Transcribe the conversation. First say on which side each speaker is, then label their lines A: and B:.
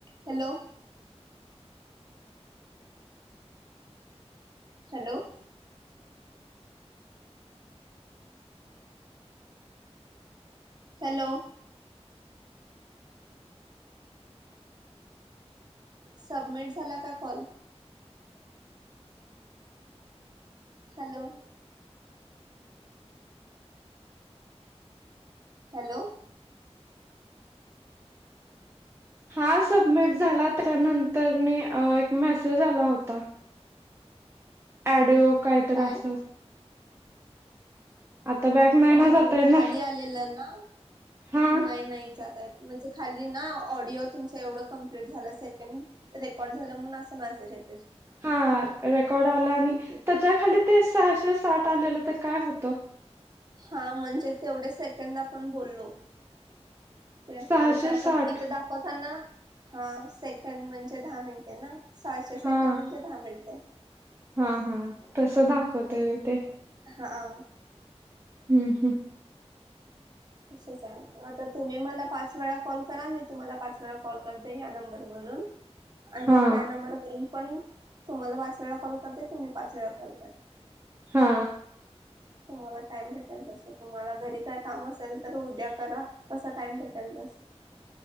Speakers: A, on the right (about 40°); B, on the right (about 20°).
A: Hello. Hello. Hello. Submit झाला का call? Hello. Hello.
B: हा सबमिट झाला त्यानंतर न एक मेसेज आला होता. ऑडिओ कायतरी
A: काय
B: असं. आता बॅक नाही ना
A: अ
B: जाता येणार
A: खाली आलेलं ना
B: हा
A: नाही नाही जता येत. म्हणजे खाली ना ऑडिओ तुमच एवढं कंप्लीट झालं सेकंद, रेकॉर्ड झालं, म्हणून असं मॅसेज येतंय.
B: हा रेकॉर्ड आला आणि
A: ते
B: त्याच्या खाली ते सहाशे साठ आलेलं ते काय होतं?
A: हा म्हणजे तेवढे सेकंद आपण बोललो. ते असतंय
B: सहाशे
A: म्हणजे आपण
B: साठ
A: इथं दाखवताना हा सेकंद म्हणजे दहा मिनिटे ना? सहाशे सेकंद
B: हा
A: म्हणजे दहा मिनिटे
B: हा हा. तसं दाखवतंय वय ते?
A: हा.
B: हुं हू.
A: तसंच हाय. आता तुम्ही मला पाच वेळा कॉल करा मी तुम्हाला पाच वेळा कॉल करते या नंबरवरून आणि
B: हा
A: त्या नंबरवरून पण तुम्हांला वाच पाच वेळा कॉल करते तुम्ही पाच वेळा कॉल करा.
B: हा.
A: तुम्हांला टाइम भेटेल जस तुम्हांला घरी काय काम असेल तर उद्या करा कसा टाइम भेटल तसं